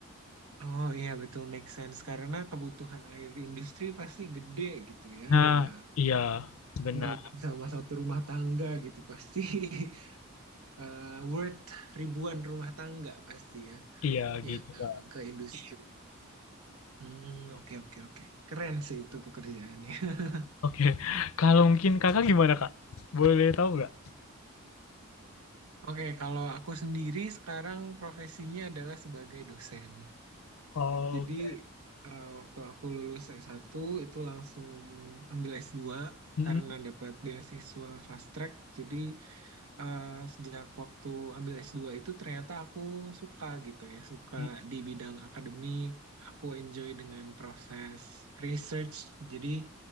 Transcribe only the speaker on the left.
Nah,
iya benar,
iya
gitu Kak.
Oke, kalau mungkin Kakak gimana Kak? Boleh tahu nggak?
Oh,
Oke,
Mm,
mm.